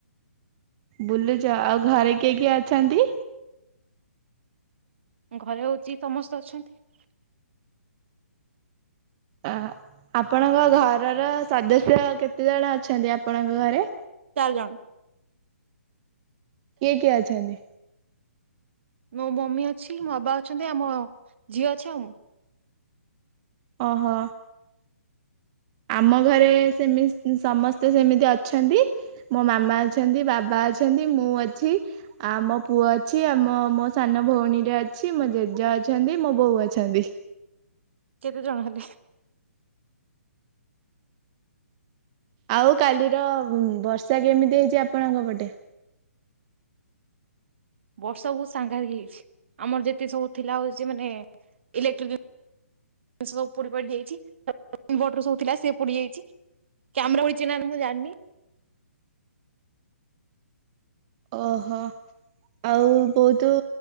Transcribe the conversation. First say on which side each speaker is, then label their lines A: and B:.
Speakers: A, on the right (about 25°); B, on the right (about 50°).
A: ବୁଲୁଚ ଆଉ ଘରେ କିଏ କିଏ ଅଛନ୍ତି।
B: ଘରେ ହଉଛି ସମସ୍ତେ ଅଛନ୍ତି।
A: ଆ ଆପଣଙ୍କ ଘରର ସଦସ୍ୟ କେତେ ଜଣ ଅଛନ୍ତି ଆପଣଙ୍କ ଘରେ?
B: ଚାଲ ଜଣ
A: କିଏ କିଏ ଅଛନ୍ତି।
B: ମୁଁ ମୋ ମମୀ ଅଛି ମୋ ବାବା ଅଛନ୍ତି ମୋ ଝିଅ ଛୁଆ ମୁଁ
A: ଓହୋ ଆମ ଘରେ ସେମ ସମସ୍ତେ ସେମିତି ଅଛନ୍ତି ମୋ ମାମା ଅଛନ୍ତି ବାବା ଅଛନ୍ତି ମୁଁ ଅଛି ଆ ମୋ ପୁଅ ଅଛି ଆମ ମୋ ସାନ ଭଉଣୀରେ ଅଛି ମୋ ଜେଜେ ଅଛନ୍ତି ମୋ ବୋଉ ଅଛନ୍ତି।
B: କେତେ ଜଣ ହେଲେ?
A: ଆଉ କାଲିର ବର୍ଷା କେମିତି ହେଇଛି ଆପଣଙ୍କ ପଟେ
B: ବର୍ଷା ବହୁତ ସାଙ୍ଗାତିକ ହେଇଯାଇଛି ଆମର ଯେତିକି ସବୁ ଥିଲା ହଉଛି ମାନେ ଇଲେଟ୍ରିକ ଦି ସ ସବୁ ସେ ପୋଡି ଯାଇଛି ଇନଭଟର ଥିଲା ସେ ପଡି ଯାଇଛି କ୍ୟାମେରା ଛିକି ନାହିଁ ମୁଁ ଜାଣିନି।
A: ଓହୋ ଆଉ ବହୁତ